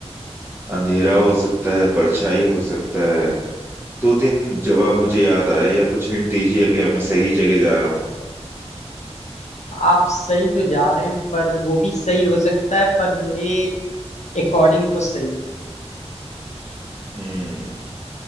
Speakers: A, on the right; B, on the left.
A: अंधेरा हो सकता है परछाई हो सकता है दो तीन जवाब मुझे याद आ रहे हैं या कुछ हिंट दीजिए कि मैं सही जगह जा रहा हूँ
B: आप सही तो जा रहे हैं पर वो भी सही हो सकता है पर मेरे अकॉर्डिंग वो सही नहीं
A: हम्म